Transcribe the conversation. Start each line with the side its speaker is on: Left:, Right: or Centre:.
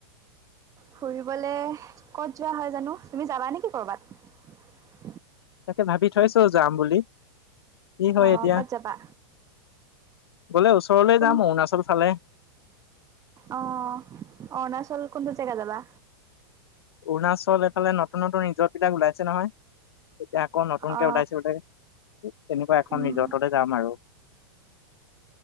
Right: ফুৰিবলে ক'ত যোৱা হয় জানো তুমি যাবা নেকি কৰ'বাত?
Left: তাকে ভাবি থৈছো যাম বুলি। কি হয়
Right: অঁ
Left: এতিয়া
Right: কত যাবা?
Left: গলে ওচৰলে
Right: কোন
Left: যাম অৰুণাচল ফালে
Right: অ অৰুণাচল কোনটো জেগা যাবা?
Left: অৰুণাচল এইফালে নতুন নতুন ৰিজতবিলাক ওলাইছে নহয়। যে আকৌ নতুনকে
Right: অ
Left: ওলাইছে বোলে। তেনেকুৱা এখন
Right: উম
Left: ৰিজৰ্টতে যাম আৰু।